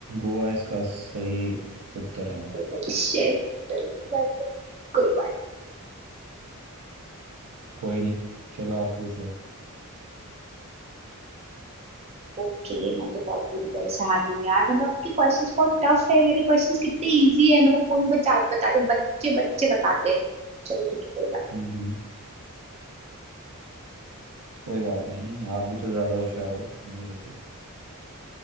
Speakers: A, on the right; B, on the right.
A: गोवा इसका सही उत्तर है
B: Oh shit, कोई बात
A: कोई नहीं चलो आप पूछो
B: ओके मैं तो बहुत बुरी तरह से हार गई यार मतलब आपके क्वेश्चंस बहुत टफ है मेरे क्वेश्चंस कितने इजी है मतलब कोई बच्चा बता के बच्चे बच्चे बताते हैं चलो ठीक है कोई बात
A: हम्म हम्म, कोई बात नहीं आप भी तो ज्यादा होशियार हो मेरे से